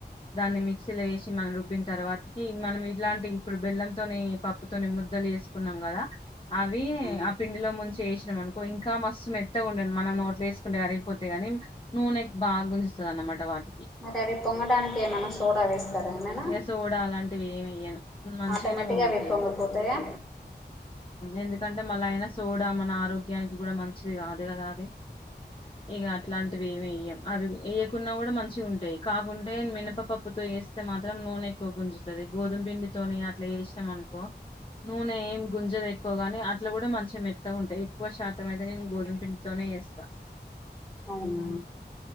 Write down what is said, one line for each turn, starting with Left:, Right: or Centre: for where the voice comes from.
Left: దాన్ని మిక్సీలో వేసి మనం రుబ్బిన తర్వాతకి మనం ఇలాంటి ఇప్పుడు బెల్లంతోని పప్పుతోని ముద్దలు వేసుకున్నాం కదా అవి
Centre: ఉమ్
Left: ఆ పిండిలో ముంచి చేసాం అనుకో ఇంకా మస్తు మెత్తగా ఉండం మనం నోట్లు వేసుకుంటే అరిగిపోతే గాని నూనె బాగా గుంజుస్తుంది అన్నమాట వాటికి
Centre: మరి అవి పొంగడానికి ఏమైనా సోడా వేస్తారా ఏమైనా
Left: ఎస్ోడా అలాంటివి ఏమియ్యాను మంచిగానే
Centre: ఆటోమేటిక్గా
Left: వొంగితను
Centre: అవి పొంగిపోతాయా
Left: ఎందుకంటే మళ్ళా ఆయన సోడా మన ఆరోగ్యానికి కూడా మంచిది కాదు కదా అది ఇక అట్లాంటివి ఏమి వెయ్యం అవి వేయకున్నా కూడా మంచి ఉంటాయి కాకుంటే మినపపప్పుతో వేస్తే మాత్రం నూనె ఎక్కువ గుంజుతది గోధుమ పిండితోనే అట్లా వేస్తాం అనుకో నూనె ఏమి గుంజదు ఎక్కువగాని అట్లా కూడా మంచిగా మెత్త ఉంటాయి ఎక్కువ శాతం అయితే నేను గోధుమపిండి తోనే వేస్తా
Centre: అవునా